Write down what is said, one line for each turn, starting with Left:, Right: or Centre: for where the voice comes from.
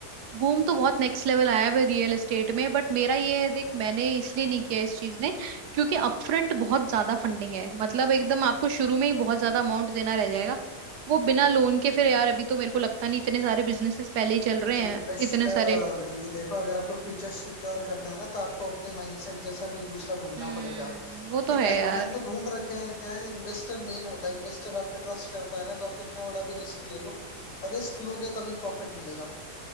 Right: बूम तो बहुत नेक्स्ट लेवल आया है रियल एस्टेट में बट मेरा ये है देख मैंने इसलिए नहीं किया इस चीज में क्योंकि अपफ्रंट बहुत ज्यादा फंडिंग है मतलब एकदम आपको शुरू में ही बहुत ज्यादा अमाउंट देना रह जाएगा वो बिना लोन के फिर यार अभी तो मेरे को लगता नहीं इतने सारे बिजनेसेस पहले ही चल रहे
Left: इन्वेस्टर
Right: हैं इतने सारे
Left: ये देखो अगर आपको फ्यूचर सिक्योर करना है ना तो आपको अपने माइंडसेट जैसा कोई दूसरा ढूंढना
Right: हम्म
Left: पड़ेगा
Right: वो
Left: ठीक
Right: तो है
Left: है
Right: यार
Left: तो मैंने तो ढूंढ रखे हैं क्या है, इन्वेस्टर मेन होता है इन्वेस्टर आप पे ट्रस्ट करता है ना तो आप कितना बड़ा भी रिस्क ले लो और रिस्क लोगे तभी प्रॉफिट मिलेगा